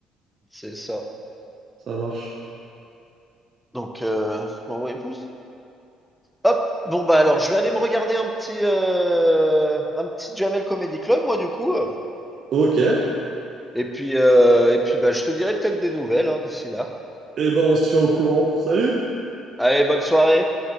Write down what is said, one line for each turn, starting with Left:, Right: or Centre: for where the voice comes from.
Centre: C'est ça.
Right: Ça marche.
Centre: Donc, euh, m'envoyer plus. Hop, bon bah alors je vais aller me regarder un petit euh, un petit Jamel Comedy Club moi du coup euh.
Right: Ok,
Centre: et puis euh, et puis bah je te dirai peut-être des nouvelles hein, d'ici là.
Right: Eh ben, on se tient au courant. Salut!
Centre: Allez, bonne soirée.